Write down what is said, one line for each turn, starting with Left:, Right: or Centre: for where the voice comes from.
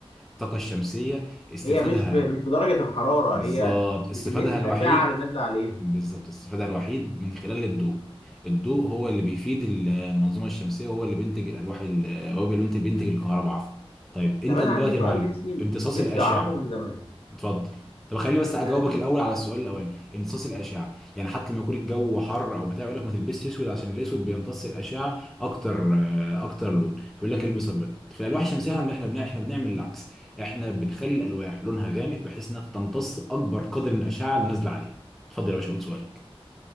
Centre: الطاقه الشمسيه استفادها
Left: هي مش ب... مش بدرجة الحرارة
Centre: بالظبط
Left: هي بكمية
Centre: استفادها
Left: الأشعة
Centre: الوحيد
Left: اللي نازلة عليها
Centre: بالظبط الاستفادة الوحيد من خلال الضوء الضوء هو اللي بيفيد ال- المنظومة الشمسية وهو اللي بينتج الألواح ال- هو اللي بينتج بينتج الكهرباء عفوا طيب أنت
Left: طب أنا
Centre: دلوقتي
Left: عندي سؤال
Centre: يا معلم
Left: نفسي
Centre: امتصاص
Left: نفسي
Centre: الأشعة
Left: أعرفه من زمان
Centre: اتفضل طب خليني بس اجاوبك
Left: أنا
Centre: الاول على السؤال الاولاني امتصاص الاشعه يعني حتى لما يكون الجو حر او بتاع يقول لك ما تلبسش اسود عشان الاسود بيمتص الاشعه اكتر آه، اكتر لون فيقول لك البس ابيض فالالواح الشمسيه
Left: مم.
Centre: احنا احنا بنع- احنا بنعمل العكس احنا بنخلي الالواح لونها غامق بحيث انها تمتص اكبر قدر من الاشعه اللي نازله عليه اتفضل يا باشا قول سؤالك